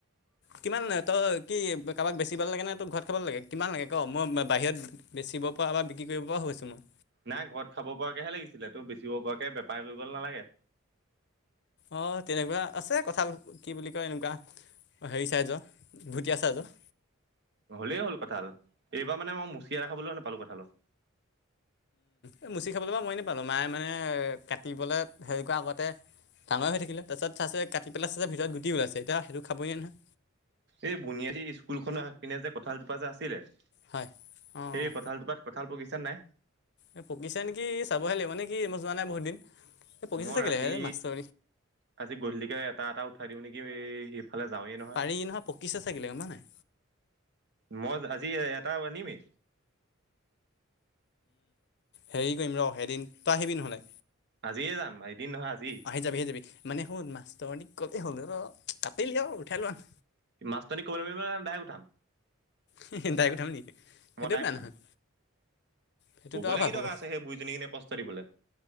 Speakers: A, on the left (about 55°); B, on the right (about 55°).
A: কিমান লাগে তই কি কাৰোবাক বেছিবলে লাগে ন তোৰ ঘৰত খাব লাগে কিমান লাগে ক মই বাহিৰত বেচিব পৰা বা বিক্ৰী কৰিব পৰাও হৈছো মই
B: নাই ঘৰত খাব পৰাকেহে লাগিছিলে তোৰ বেচিব পৰাকে বেপাৰ কৰিব নালাগে
A: অ তেনেকোৱা আছে কঁঠাল কি বুলি কয় এনেকোৱা হেৰি চাইজৰ ভুটীয়া চাইজৰ
B: হলেই হ'ল কঁঠাল এইবাৰ মানে মই মুচিয়া খাবলৈও নাপালো কঁঠালৰ
A: এই মুচি খাবলৈ বাও মই নেপালো মায়ে মানে কাটিবলৈ হেৰি কৰা আগতে ডাঙৰ হৈ থাকিলে তাৰপছত চাইছো কাটি পেলাই চাইছে ভিতৰত গুটি ওলাইছে এতিয়া সেইটো খাবই নোৱায় নহয়
B: এই বুনিয়াদী স্কুল খনৰ আগপিনে যে কঁঠাল জোপা যে আছিলে সেই
A: হয় অঁ
B: কঁঠাল জোপাত কঁঠাল পকিছে নাই
A: এই পকিছে নেকি চাবহে লাগিব মানে কি মই যোৱা নাই বহুত দিন এই পকিছে
B: মই
A: চাকিলে
B: ৰাতি
A: এই মাষ্টৰ
B: আজি গধূলিকে এটা এটা উঠাই দিও নেকি এই সেইত এফালে যাৱে ন
A: পাৰি নহয় পকিছে চাগিলে গম পোৱা নাই
B: মই আজি এটা আনিমেই
A: হেৰি কৰিম ৰ এদিন তই আহিবি নহ'লে
B: আজিয়ে যাম এদিন নহয় আজি
A: আহি যাবি আহি যাবি মানে শুন মাষ্টৰনিক কলে হ'ল ন কাপেলি উঠাই লই আন
B: মাষ্টৰনিক কব লাগিব নে ডাইৰেক উঠাম
A: হে হে ডাইৰেক্ট উঠাম নেকি সেইটো
B: মই ডাইৰেক্ট
A: বেয়া
B: উঠাম।
A: নহয় সেইটোতো
B: ক'বলে
A: আৰু ভাল
B: কি
A: হ'ব
B: দৰকাৰ আছে হেই বুঢ়ীজনীক এনে কষ্ট দিবলে